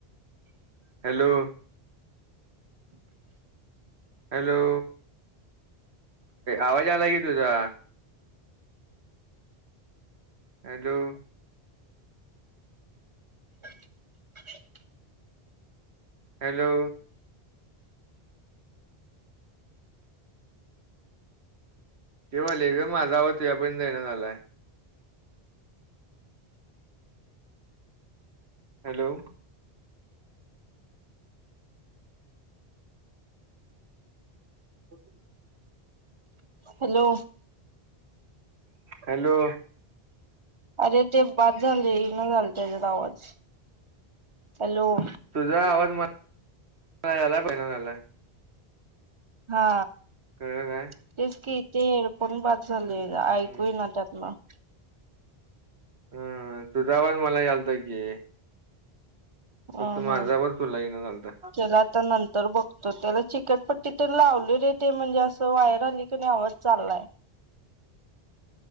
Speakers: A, on the right; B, on the right.
A: Hello. Hello, आवाज यालाय की तुझा. हॅलो.
B: <inaudible>
A: हॅलो. हे व्हालय ग माझा आवाज तुझ्या परतं जाईना झालाय. हॅलो. <inaudible>
B: हॅलो.
A: हॅलो.
B: अरे ते बाद झालय ईना झालय त्यांच्यात आवाज. हॅलो
A: तुझा आवाज मला <inaudible> यालाय <unintelligible>
B: हा
A: कळलं काय
B: तेच की ते हेडफोन बाद झालय
A: हम्म
B: ऐकू ईना त्यातनं.
A: हा तुझा आवाज मला यालता की.
B: हम्म
A: फक्त माझा
B: हम्म
A: आवाज तुला येईन झालता.
B: त्याला आता नंतर बघतो त्याला चिकटपट्टी तर लावलोय रे ते म्हणजे असं वायर हल्ली क नाय आवाज चाललाय.